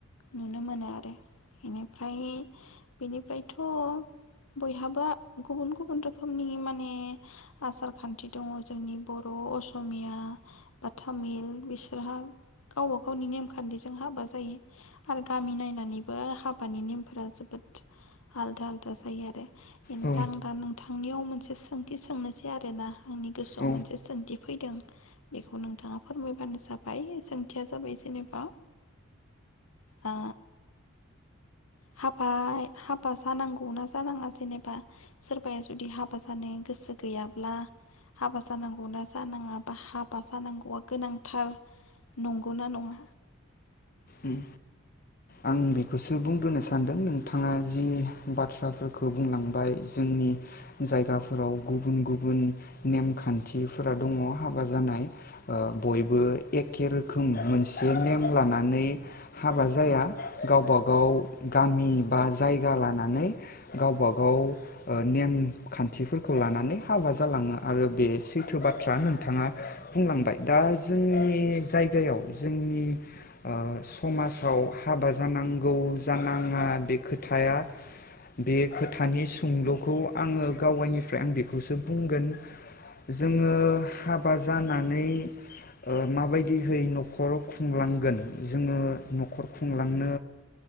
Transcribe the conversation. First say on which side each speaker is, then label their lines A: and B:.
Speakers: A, on the left (about 80°); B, on the left (about 40°).
A: नुनो मोनो आरो बेनिफ्राय बेनि मोफ्रायथ बयहाबा गुबुन गुबुन रोखोमनि माने आसार खान्थि दङ जोंनि बर' असमिया बा तामिल बिस गावबा गावनि नेमखान्थिजों हाबा जायो। आरो गामि नायनानैबो हाब बानि नेमफोरा जोबोद आलदा आलदा जायो आरो इनिफाय
B: औ
A: आं दा नोंथांनियाव मोनसे सोंथि सोंनोसै आरो ना। आंनि गोसोआव
B: औ
A: मोनसे सोंथि फैदों। बेखौ नोंथाङा फोरमायबानो जाब हाय सोंथिया जाबाय जेनेबा आ हाबा हाबा जानांगौना जानाङा जेनेबा सोरबाया जुदि हाबा जानो गोसो गैयाब्ला हाबा जानांगौना जानाङा बा हाबा जानांगौआ गोनांथार नंगोना नङा।
B: ओम आं बेखौसो बुंग्रोनो सानदों नोंथाङा जि बाथ्राफोरखो बुंलांबाय जोंनि जायगाफोराव गुबुन गुबुन नेमखान्थिफोरा दङ हाबा जानाय ओ बयबो एखे रोखोम मोनसे नेम लानानै हाबा जाया गावबा गाव गामि बा जायगा लानानै गावबा गाव ओ नेम खान्थिफोरखौ लानानै हाबा जालाङो आरो बे सैथो बाथ्रा नोंथाङा बुंलांबाय दा जोंनि जायगायाव जोंनि ओ समासाव हाबा जानांगौ जानाङा बे खोथाया बे खोथानि सुंलुखौ आङो गावायनिफ्राय आं बेखौसो बुंगोन जोङो हाबा जानानै ओ माबायदिहै नखराव खुंलांगोन जोङो नखर खुंलांनो